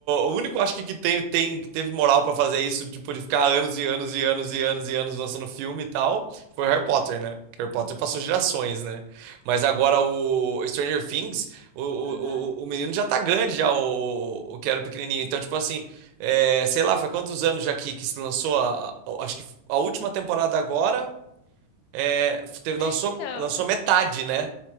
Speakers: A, on the right; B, on the left.
A: o único acho que, que tem, tem, que teve moral pra fazer isso, tipo, de ficar anos e anos e anos e anos e anos lançando filme e tal, foi Harry Potter, né? Que Harry Potter passou gerações, né? Mas agora o Stranger Things, o, o,
B: Aham.
A: o o menino já tá grande, já, o, o que era o pequenininho. Então, tipo assim, é, sei lá, faz quantos anos já que, que se lançou a, a- acho que a última temporada agora, é, teve,
B: É,
A: lançou,
B: então.
A: lançou metade, né?